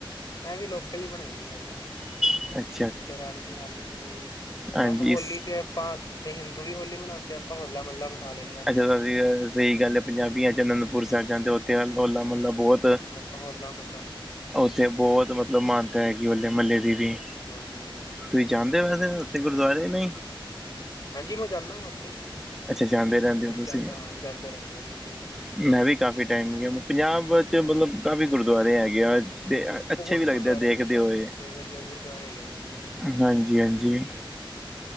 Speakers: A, on the left (about 45°); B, in the centre.
A: 'ਮੈਂ' ਵੀ ਲੋਕਲ ਹੀ ਬਣਾਈ ਸੀ ਵੈਸੇ, ਹਾਂਜੀ।
B: ਅੱ
A: ਦਵਾਲੀ ਮਨਾਲੀ ਹਾਂਜੀ,
B: ਹਾਂਜੀ
A: ਬਸ ਹੋਲੀ
B: ਇਸ
A: ਤੇ ਆਪਾਂ ਤੇ ਹਿੰਦੂ ਵੀ ਹੋਲੀ ਮਨਾਂਦੇ ਆ, ਆਪਾਂ ਹੋਲਾ-ਮਹੱਲਾ ਬਨਾਂ ਲਏ
B: ਅੱਛਾ ਸਹੀ ਗੱਲ ਪੰਜਾਬੀਆਂ'ਚ ਅਨੰਦਪੁਰ ਸਾਹਿਬ ਜਾਂਦੇ, ਉੱਥੇ ਹੋਲਾ-ਮਹੱਲਾ ਬਹੁਤ
A: ਹੋਲਾ-ਮਹੱਲਾ।
B: ਉੱਥੇ ਬਹੁਤ ਮਤਲਬ ਮਹਾਨਤਾ ਹੈਗੀ, ਹੋਲੇ-ਮਹੱਲੇ ਦੀ ਵੀ।
A: ਜੀ ਬਿਲਕੁੱਲ਼
B: ਤੁਸੀਂ
A: ਜੀ
B: ਜਾਂਦੇ ਵੈਸੇ ਉੱਥੇ ਗੁਰੂਦੁਆਰੇ ਨਹੀਂ
A: ਹਾਂਜੀ ਮੈਂ ਜਾਂਦਾ ਵਾਂ ਉੱਥੇ,
B: ਅੱਛਾ ਜਾਂਦੇ ਰਹਿੰਦੇ
A: ਹਾਂਜੀ
B: ਹੋ ਤੁਸੀਂ
A: ਜਾਂਦਾ ਵਾਂ ਜਾਂਦੇ ਰਹਿੰਦੇ ਅਸੀਂ ਵੀ ਹਾਂਜੀ
B: ਮੈਂ ਵੀ ਕਾਫੀ ਟਾਈਮ ਗਿਆਂ, ਪੰਜਾਬ 'ਚ ਮਤਲਬ ਕਾਫ਼ੀ ਗੁਰੂਦੁਆਰੇ ਹੈਗੇ ਆਂ- ਦੇ ਅੱਛੇ
A: ਬਹੁਤ
B: ਵੀ ਲੱਗਦੇ
A: ਗੁਰਦੁਆਰੇ
B: ਦੇਖਦੇ
A: ਹੈਗੇ ਆ ਭਾਜੀ
B: ਹੋਏ,
A: ਉੱਥੇ ਵਧੀਆ ਗੁਰਦੁਆਰੇ ਹੈਗੇ ਨੇ ਬਹੁਤ
B: ਹਾਂਜੀ ਹਾਂਜੀ